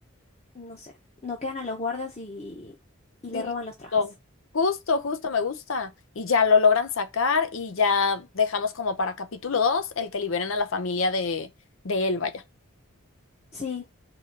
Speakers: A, on the left; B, on the left.
A: no sé, no quedan a los guardias y, y
B: listo
A: le roban los trajes.
B: justo, justo, me gusta. Y ya lo logran sacar y ya dejamos como para capítulo 2 el que liberen a la familia de, de él, vaya.
A: Sí,